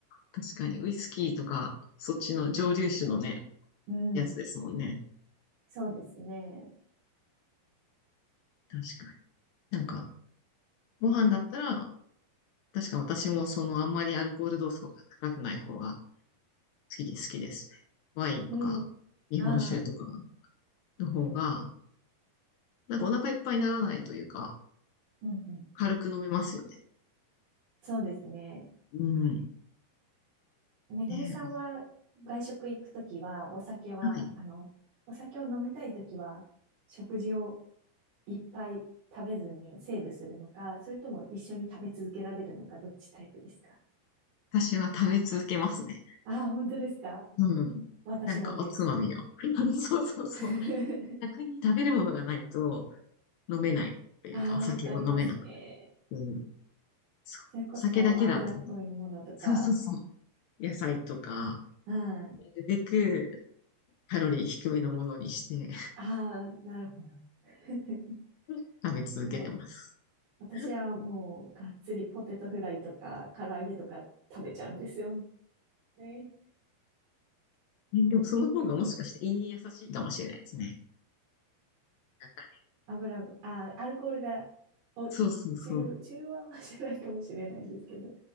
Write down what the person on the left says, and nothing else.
確かに。ウイスキーとか、そっちの蒸留酒のね、
やつですもんね。
確かに。なんか、ご飯だったら、確か私もそのあんまりアルコール度数が高くない方が好きで、好きですね。ワインとか、
日本酒とか
の方が、なんかお腹いっぱいにならないというか、
軽く飲めますよね
うん。
で、おは
い。
私は食べ続けますね。
うん。
なんかおつまみを。<laughs> そうそうそう。
逆に食べるものがないと飲めないというか、
お酒を飲めなくて。
うん。そう。
お酒だけだと。そうそうそう。野菜とか、
なるべく
カロリー低めのものにして
<laughs> 食べ続けてます。
<laughs>
ねでもその方がもしかして胃に優しいかもしれないですね。なんかね。
そうそうそう。